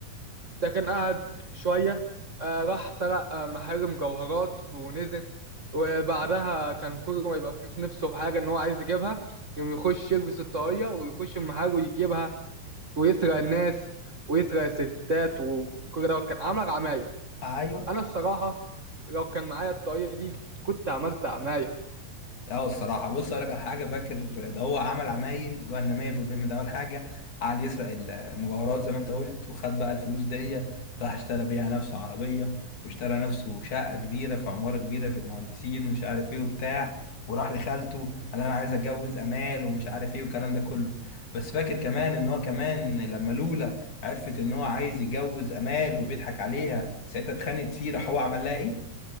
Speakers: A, on the right; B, on the left.
A: ده كان قعد شوية آه، راح سرق آه، محارم جوهرات ونزل وبعدها كان كل ما يبقى فيه في نفسه حاجة إن هو عايز يجيبها يقوم يخش يلبس الطاقية ويخش المحل ويجيبها ويسرق الناس ويسرق الستات وكل دوت كان عامل عماية
B: آه، ايوه
A: أنا الصراحة لو كان معايا الطاقية دي كنت عملت عماية
B: اه الصراحة بص اقول لك على حاجة فاكر ده هو عمل عمايل جهنمية في الفيلم ده أول حاجة قعد يسرق المجوهرات زي ما أنت قلت وخد بقى الفلوس دي راح اشترى بيها نفسه عربية واشترى نفسه شقة كبيرة في عمارة كبيرة في المهندسين ومش عارف إيه وبتاع وراح لخالته قال أنا عايز أتجوز أمال ومش عارف إيه والكلام ده كله بس فاكر كمان إن هو كمان لما لولا عرفت إن هو عايز يتجوز أمال وبيضحك عليها ساعتها اتخانقت فيه راح هو عمل لها إيه؟